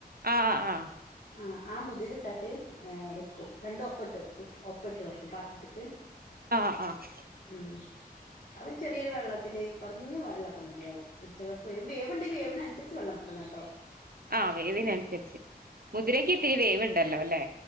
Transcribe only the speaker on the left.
ആഹ് ആ മുതിര ഇട്ടാട്ട് വെക്കും രണ്ടും ഒപ്പട്ട് വെക്കും ഒപ്പട്ട് വെക്കും പാത്രത്തിക്ക്
ഉം അത് ചെറിയൊരു വെള്ളത്തില് കൊറഞ്ഞ വെള്ളൊക്കെ മതിയാവും ഇടിച്ചക്കക്ക് വരും വേവും വേവ്ണ്ട് വേവിനനുസരിച്ച് വെളളം വെക്കണോട്ടോ